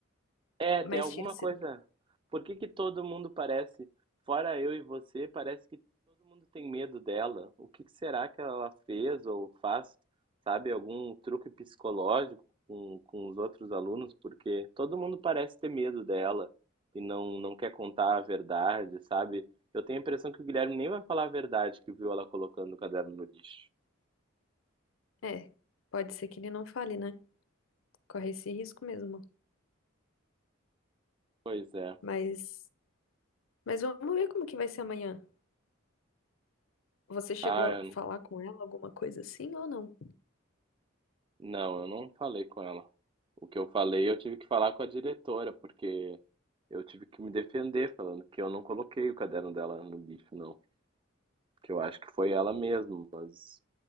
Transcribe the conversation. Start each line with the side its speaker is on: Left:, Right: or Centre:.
Right: É,
Left: Mas
Right: tem alguma
Left: tinha sido.
Right: coisa. Por que que todo mundo parece, fora eu e você, parece que todo mundo tem medo dela? O que que será que ela fez ou faz? Sabe, algum truque psicológico com, com os outros alunos? Porque todo mundo parece ter medo dela e não, não quer contar a verdade, sabe? Eu tenho a impressão que o Guilherme nem vai falar a verdade que viu ela colocando o caderno no lixo.
Left: É, pode ser que ele não fale, né? Corre esse risco mesmo.
Right: Pois é.
Left: Mas, mas vamos ver como que vai ser amanhã. Você chegou
Right: Ah,
Left: a falar com ela alguma coisa assim ou não?
Right: Não, eu não falei com ela. O que eu falei, eu tive que falar com a diretora, porque eu tive que me defender falando que eu não coloquei o caderno dela no lixo, não. Que eu acho que foi ela mesma, mas